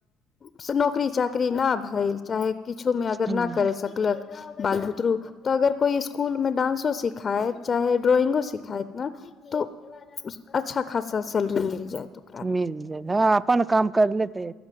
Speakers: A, on the left; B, on the right.
A: से नौकरी चाकरी न भइल चाहे किछोमे अगर
B: चीज
A: न करै सकलक बाल बुतरू तऽ अगर कोइ स्कूलों मे डांसौ सिखाएत चाहे ड्रॉइंगो सिखाएत न तऽ अच्छा खासा सैलरी मिल जाएत ओक
B: मिल जाइ हँ अपन काम कर लेतै